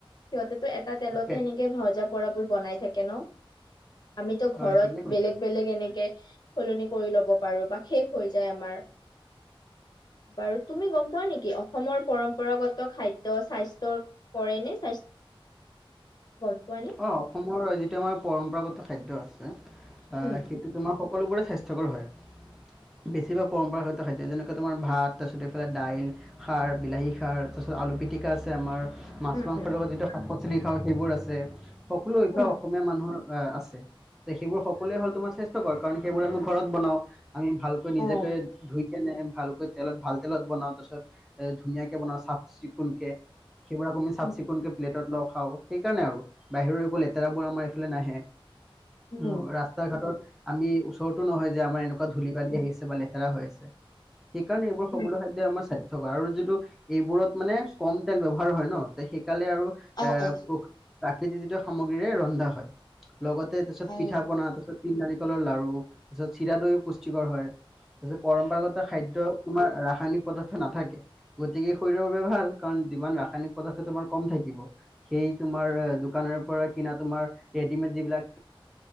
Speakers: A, on the left; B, in the centre.
A: সিহতেতো এটা তেলতে
B: ঠিকে
A: এনেকে ভওজা পৰা বোৰ বনাই থাকে ন। আমিতো
B: হয়
A: ঘৰত
B: ঠিকে কৈছে
A: বেলেগ বেলেগ এনেকে সলনি কৰি ল'ব পাৰো বা শেষ হৈ যায় আমাৰ বাৰু তুমি গম পোৱা নেকি অসমৰ পৰম্পৰাগত খাদ্য স্বাস্থ্য কৰে নে স্বাস্থ গম পোৱা নে?
B: অ অসমৰ যিটো আমাৰ পৰম্পৰাগত খাদ্য আছে অ
A: উম
B: সেইটো তোমাৰ সকলোবোৰে স্বাস্থ্যকৰ হয় বেছিভাগ পৰম্পৰাগত খাদ্য যেনেকে তোমাৰ ভাত তাৰপিছত এইফালে দাইল খাৰ বিলাহী খাৰ তাৰছত আলু পিটিকা আছে আমাৰ মাছ
A: উম
B: মাংসৰ
A: উম
B: লগত যিটো শাক পাচলি খাওঁ সেইবোৰ আছে সকলো ইফে
A: উম
B: অসমীয়া মানুহ নুহৰ আছে সেইবোৰ সকলোৱে হ'ল তোমাৰ স্বাস্থ্্যকৰ কাৰণ সেইবোৰ আমি ঘৰত বনাও আমি ভালকৈ নিজকে
A: অ
B: ধুই কেনে ভালকৈ তেলত ভাল তেলত বনাওঁ তাৰপিছত ধুনীয়াকৈ বনাওঁ চাফ চিকুণকৈ সেইবোৰ আমি চাফ
A: উম
B: চিকুণকে প্লেটত লগ খাওঁ সেইকাৰণে আৰু বাহিৰত একো লেতেৰাবোৰ আমাৰ এইফালে নাহে
A: উম
B: উ ৰাস্তা ঘাটত আমি টো নহয় যে আমাৰ এনেকুৱা ধূলি বালি আহিছে বা লেতেৰা হৈ আছে সেইকাৰণে এইবোৰ সকলো
A: উম
B: খাদ্যই আমাৰ সাচ থকা আৰু যিটো এইবোৰত মানে কম তেল ব্যৱহাৰ হয় ন সেই সালে আৰু
A: অ
B: এ
A: অ
B: প্ৰ প্ৰাকৃতিজিত সামগ্ৰীৰে ৰন্ধা হয় লগতে তাৰপিছত
A: অ
B: পিঠা বনা তাৰপিছত তিল নাৰিকলৰ লাৰ়ু তাৰ পিছত চিৰা দৈও পুষ্টিকৰ হয় তাৰপিছত পৰম্পৰাগত খাদ্য আমাৰ ৰাসায়নিক পদাৰ্থ নাথাকে গতিকে শৰীৰৰ বাবে ভাল কাৰণ যিমান ৰাসায়নিক পদাৰ্থ তোমাৰ কম থাকিব সেইটো তোমাৰ দোকানৰ পৰা কিনা তোমাৰ ৰেডিমেড যিবিলাক